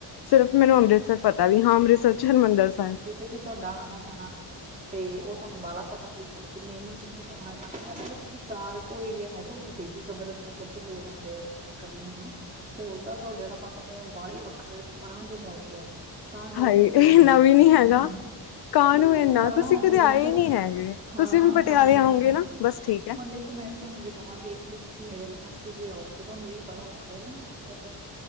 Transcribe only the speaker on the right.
ਜੇ ਤੁਹਾਡਾ ਆਉਣਾ ਜਾਣਾ ਤੇ ਉਹ ਤੁਹਾਨੂੰ ਬਾਹਲਾ ਪਤਾ ਹੋਊ, ਤੇ ਮੈਨੂੰ ਜਿੱਥੇ ਜਾਣਾ <unintelligible> ਮ ਚਾਰ ਕੋ ਏਰੀਆ ਹੈਗਾ ਵੱਡੀੇ ਕਵਰ ਮਤਲਬ ਜੋ ਹੋ ਜਾਂਦੇ ਆ ਰਿਕਵਰ ਕਰਨੇ ਹੋਣ ਹੁਣ ਤਾਂ ਤੁਹਾਡੇ ਵਾਲੇ ਪਾਸਾ ਜਿਵੇਂ ਬਾਹਲੀ ਵੱਖਰਾ ਪਰਾਂ ਜਿਆ ਜਾ ਕੇ ਆ ਤਾਂ ਕਰਕੇ
ਉਹ ਰਹਿ
ਜਾਂਦਾ
ਨਈਂ, ਮਤਲਬ
ਬਾਹਲਾ
ਰੂਟ
ਹਾਂ
ਤਾਂਹੀ
ਹੁਣ ਦੇਖੋ ਮੈਂ ਵੀ ਤੁਹਾਨੂੰ ਜੇ ਕਵਾਂ ਵੀ ਇੱਥੇ ਤੁਸੀਂ ਮੇਰੇ ਆਲੇ ਪਾਸੇ ਜੇ ਆਓ ਤੇ ਤੁਹਾਨੂੰ ਵੀ ਬੜਾ ਔਖਾ ਜਿਆ ਨਾ ਲੱਗੂਗਾ ਪ